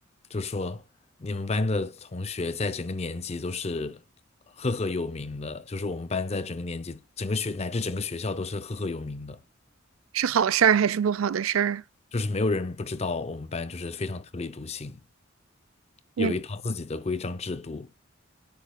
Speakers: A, on the left (about 30°); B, on the right (about 85°).
A: 就说你们班的同学在整个年级都是赫赫有名的，就是我们班在整个年级、整个学乃至整个学校都是赫赫有名的，
B: 是好事儿还是不好的事儿？
A: 就是没有人不知道我们班就是非常特立独行，
B: 嗯，
A: 有一套自己的规章制度，